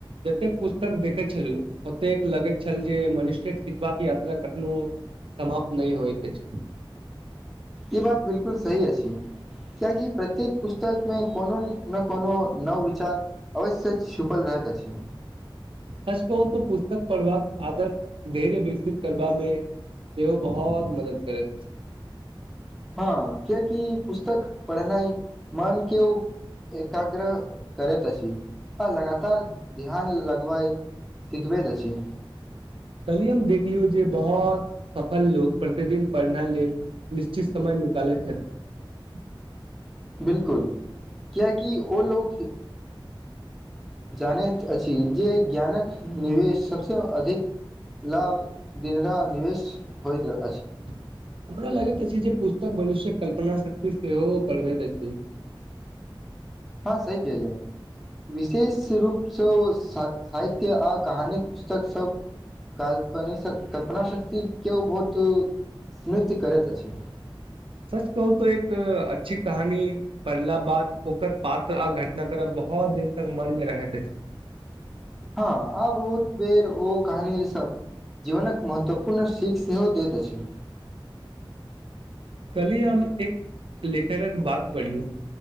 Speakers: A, on the right; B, in the centre.
A: जतेक पुस्तक देखैत छलु, ओतेक लगैत छल जे मनुष्यक सिखबाक यात्रा कखनो समाप्त ने होएत अछि।
B: इ बात बिलकुल सही अछि कियाकि प्रत्येक पुस्तकमे कोनो न कोनो नव विचार अवश्य छुपल रहत अछि।
A: सच कहू त पुस्तक पढ़बाक आदत धैर्य विकसित करबा मे सेहो बहुत मदद करैत अछि।
B: हँ कियाकि पुस्तक पढ़नाइ मनक के ओ एकाग्रह करैत अछि आ लगातार ध्यान लगबैत सिखबैत अछि।
A: कलिय हम देख लियौ जे बहुत सफल लोक प्रतिदिन पढ़नाइ लेल निश्चित समय निकालैत छथिन।
B: बिलकुल कियकि ओ लोक जानैत अछि जे ज्ञानक निवेश सभसँ अधिक लाभ दिनरा निवेश होइत रह।
A: हमरा लगे जे पुस्तक मनुष्यक। कल्पना शक्ति सेहो बढ़बैत अछि।
B: हँ सही कहले विशेष रूपसँ सा साहित्य आ कहानी पुस्तकसभ काल्प कल्पनाशक्तिक केओ बहुत समृद्ध करैत अछि।
A: सच कहू तो एक अच्छी कहानी पढ़ला बाद ओकर। पात्र आ घटना करब बहुत दिन तक मन मे रहैत अछि।
B: हँ आ बहुत बेर ओ कहानीसभ जीवनक महत्वपूर्ण सीख सेहो दैत अछि।
A: कली हम एक लेखकक बात पढ़लू